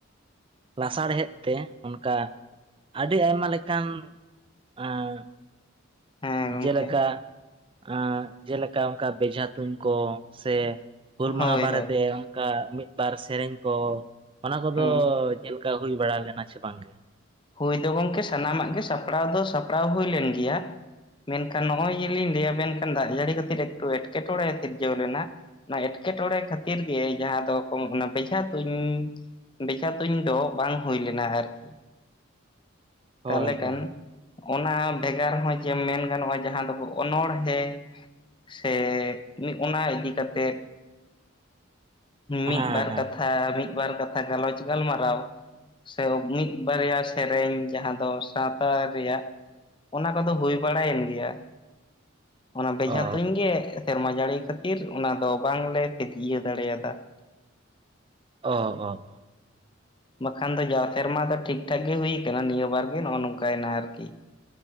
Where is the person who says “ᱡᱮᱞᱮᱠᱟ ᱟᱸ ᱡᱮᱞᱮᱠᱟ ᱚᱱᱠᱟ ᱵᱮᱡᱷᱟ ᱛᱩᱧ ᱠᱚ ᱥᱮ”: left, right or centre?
Right